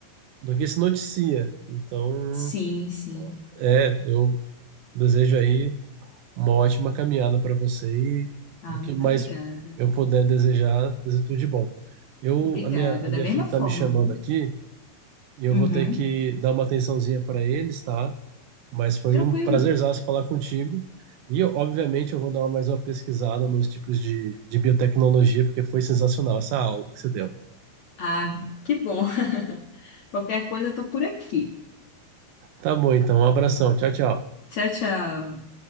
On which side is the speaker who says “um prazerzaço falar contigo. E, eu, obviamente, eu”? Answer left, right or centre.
Right